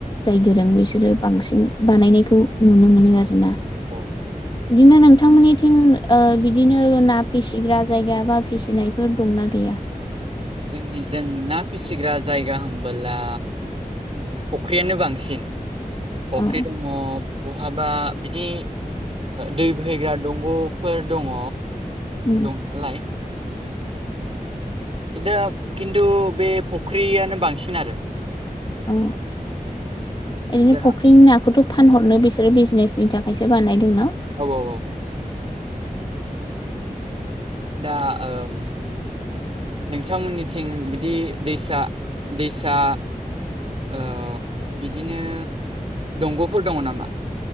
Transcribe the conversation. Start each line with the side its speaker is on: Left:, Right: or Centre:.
Left: जाय गोरों बिसोरो बांसिन बानायनायखौ नुनो मोनो आरोना।
Right: <unintelligible>
Left: बिदिनो नोंथांमोननिथिं ओ बिदिनो ना फिसिग्रा जायगा बा फिसिनायफोर दंना गैया?
Right: जोंनिजों ना फिसिग्रा जायगा होनबोला फख्रियानो बांसिन फख्रि
Left: अ
Right: दङ बहाबा बिदि दै बोहैग्रा दंग'फोर दङ
Left: उम
Right: दं नालाय बिनो खिन्थु बे फुख्रियानो बांसिन आरो।
Left: अ ओरैनो
Right: दा
Left: फख्रिनि नाखौथ' फानहरनो बिसोरो बिजनेसनि थाखायसो बानायदों न'?
Right: औ औ औ। दा ओम नोंथांमोननिथिं बिदि दैसा दैसा ओ बिदिनो दंग'फोर दङ नामा?